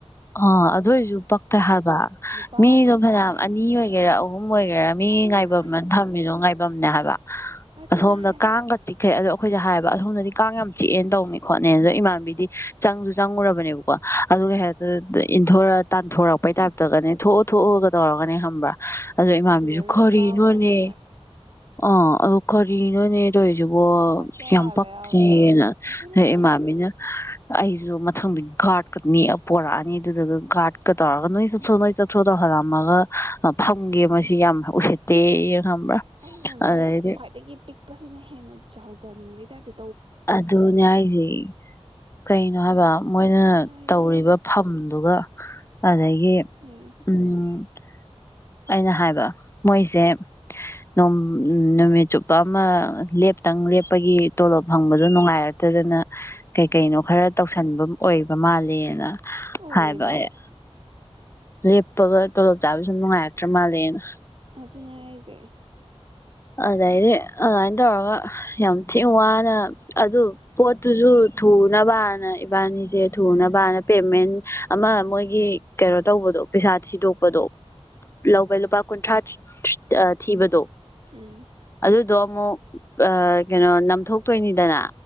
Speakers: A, on the left (about 25°); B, on the right (about 50°).
A: ꯑ ꯑꯗꯨ ꯑꯣꯏꯔꯁꯨ ꯄꯛꯇ ꯍꯥꯏꯕ
B: ꯅꯨꯄꯥ
A: ꯃꯤꯗꯣ
B: ꯑꯃꯁꯨ
A: ꯐꯅꯌꯥꯝ
B: ꯉꯥꯏꯔꯝꯃꯦ
A: ꯑꯅꯤ ꯑꯣꯏꯒꯦꯔꯥ ꯑꯍꯨꯝ ꯑꯣꯏꯒꯦꯔꯥ ꯃꯤ
B: ꯑꯗꯨꯅ
A: ꯉꯥꯏꯐꯝꯅ
B: ꯍꯥꯏꯔꯤꯁꯦ
A: ꯊꯝꯃꯤꯗꯣ ꯉꯥꯏꯐꯝꯅꯦ ꯍꯥꯏꯕ
B: ꯑꯗꯨꯅ
A: ꯑꯁꯣꯝꯗ
B: ꯍꯥꯏꯕ
A: ꯀꯥꯡꯒ ꯇꯤꯛꯈꯩ ꯑꯗꯣ ꯑꯩꯈꯣꯏꯁꯨ ꯍꯥꯏꯕ ꯑꯁꯣꯝꯗꯗꯤ ꯀꯥꯡ ꯌꯥꯝ ꯆꯤꯛꯑꯦꯅ ꯇꯧꯅꯤ ꯈꯣꯠꯅꯦ ꯑꯗꯣ ꯏꯃꯥꯟꯕꯤꯗꯤ ꯆꯪꯁꯨ ꯆꯪꯉꯨꯔꯕꯅꯦꯕꯀꯣ ꯑꯗꯨꯩ ꯍꯥꯏ ꯏꯟꯊꯣꯔ ꯇꯥꯟꯊꯣꯔꯛꯄꯩ
B: ꯎꯝ
A: ꯇꯥꯏꯞꯇꯒꯅꯦ ꯊꯣꯛ ꯊꯣꯛꯑꯒ ꯇꯧꯔꯒꯅꯦ ꯍꯕ꯭ꯔꯥ ꯑꯣ ꯏꯃꯥꯕꯤꯁꯨ
B: ꯑꯗꯨꯗꯨꯅ
A: ꯈꯣꯔꯤꯅꯣꯅꯦ
B: ꯅꯨꯄꯥ ꯑꯣꯏꯔꯝꯅꯤꯅ
A: ꯑ ꯑ ꯀꯔꯤꯅꯣꯅꯦ ꯑꯗꯨ ꯑꯣꯏꯁꯤꯕꯣ
B: ꯀꯠꯆꯩ
A: ꯌꯥꯝ
B: ꯍꯥꯏꯕ
A: ꯄꯛꯇ꯭ꯦꯔꯤꯅ
B: ꯌꯥꯝꯅ ꯑꯗꯨꯅ ꯍꯥꯏꯁꯦ
A: ꯏꯃꯥꯃꯤꯅ ꯑꯩꯁꯨ ꯃꯊꯪꯗꯤ ꯥꯔꯠꯀꯛꯅꯤ ꯄꯣꯔꯛꯑꯅꯤ ꯑꯗꯨꯗꯨꯒ ꯒꯥꯔꯗꯀ ꯇꯧꯔꯒ ꯅꯣꯏ ꯆꯠꯊ꯭ꯔꯣ ꯅꯣꯏ ꯆꯠꯊ꯭ꯔꯣ ꯇꯧꯍꯜꯂꯝꯃꯒ ꯐꯝꯒꯦ ꯃꯁꯤ ꯌꯥꯝ ꯎꯁꯤꯠꯇꯦ ꯈꯪꯕ꯭ꯔꯥ
B: ꯑꯗꯨꯅ ꯃꯣꯏ
A: ꯑꯗꯩꯗꯤ
B: ꯈ꯭ꯋꯥꯏꯗꯒꯤ ꯄꯤꯛꯄꯁꯤꯅ ꯍꯦꯟꯅ ꯆꯥꯎꯖꯩ ꯕꯗꯤꯦ
A: ꯑꯗ ꯭ꯌꯥꯏꯖꯩ ꯀꯩꯅꯣ ꯍꯥꯏꯕ
B: ꯎꯝ
A: ꯃꯣꯏꯅ
B: ꯑꯗꯨꯅ ꯍꯥꯏꯁꯦ
A: ꯇꯧꯔꯤꯕ ꯐꯝꯗꯨꯒ ꯑꯗꯒꯤ
B: ꯑꯗꯨꯅꯦ
A: ꯎꯝ ꯑꯩꯅ ꯍꯥꯏꯕ ꯃꯣꯏꯁꯦ ꯅꯨꯝ ꯅꯨꯃꯤꯠ ꯆꯨꯞꯄ ꯑꯃ ꯂꯦꯞꯇꯪ ꯂꯦꯞꯄꯒꯤ ꯇꯣꯂꯣꯞ ꯐꯪꯕꯗꯣ ꯅꯨꯡꯉꯥꯏꯔꯛꯇꯗꯅ ꯀꯩꯀꯩꯅꯣ ꯈꯔ ꯇꯧꯁꯟꯕ ꯑꯣꯏꯕ ꯃꯥꯂꯅ
B: ꯑꯣꯏꯔꯤꯅꯦ
A: ꯍꯥꯏꯕ ꯑꯩ ꯂꯦꯞꯄꯒ ꯇꯂꯣꯞ ꯆꯕꯤꯁ ꯅꯅꯨꯡꯉꯥꯏ ꯇꯔ ꯃꯥꯂꯦꯅ
B: ꯑꯗꯨꯅꯦ ꯍꯥꯏꯖꯦ
A: ꯑꯗꯩꯗꯤ ꯑꯗꯨꯃꯥꯏꯅ ꯇꯧꯔꯒ ꯌꯥꯝ ꯊꯤꯅ ꯋꯥꯅ ꯑꯗꯨ ꯄꯣꯠꯇꯨꯁꯨ ꯊꯨꯅꯕ ꯏꯕꯥꯅꯤꯁꯦ ꯊꯨꯅꯕ ꯕꯥꯅ ꯄꯦꯃꯦꯟ ꯑꯃ ꯃꯣꯏꯒꯤ ꯀꯩꯅꯣ ꯇꯧꯕꯗꯣ ꯄꯩꯁꯥ ꯊꯤꯗꯣꯛꯄꯗꯣ ꯂꯧꯕ ꯂꯨꯄꯥ ꯀꯨꯟꯊ꯭ꯔꯥ ꯊꯤꯕꯗꯣ
B: ꯎꯝ
A: ꯑꯗꯨꯗꯣ ꯑꯃꯨꯛ ꯑ ꯀꯩꯅꯣ ꯅꯝꯊꯣꯛꯇꯣꯏꯅꯤꯗꯅ